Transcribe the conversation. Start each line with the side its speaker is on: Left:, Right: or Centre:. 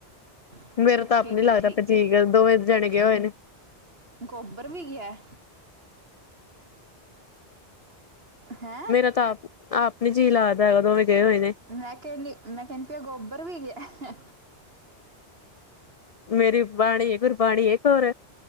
Right: ਅੱਛਾ
Left: ਮੇਰਾ ਤਾਂ
Right: ਠੀਕ
Left: ਆਪ ਨੀ ਲੱਗਦਾ
Right: ਹੈ ਠੀਕ
Left: ਜੀ,
Right: ਹੈ
Left: ਦੋਵੇਂ ਜਾਣੇ ਗਏ ਹੋਏ ਨੇ।
Right: ਗੋਬਰ ਵੀ ਗਿਆ। ਹੈਂ?
Left: ਮੇਰਾ ਤਾਂ ਆਪ ਆਪ ਨੀ ਜੀਅ ਲੱਗਦਾ, ਉਹ ਦੋਂਵੇ ਗਏ ਹੋਏ ਨੇ।
Right: ਮੈਂ ਕਹਿੰਦੀ, ਮੈਂ ਕਹਿੰਦੀ ਗੋਬਰ ਵੀ ਗਿਆ।
Left: ਮੇਰੀ ਬਾਣੀ ਹੈ, ਗੁਰਬਾਣੀ ਹੈ ਕੋਰ